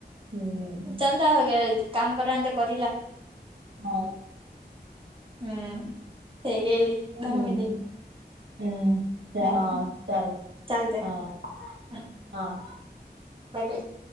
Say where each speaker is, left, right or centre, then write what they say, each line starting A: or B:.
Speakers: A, on the right; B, on the right.
A: હમ.
B: ચાલતા કામ કરવા કરલા
A: હા.
B: હમ થઈ ગયેલી દહ
A: હમ,
B: મિનિટ
A: હમ હા,
B: હમ
A: ચાલ,
B: ચાલતે
A: હા,
B: બાય
A: હા
B: <unintelligible>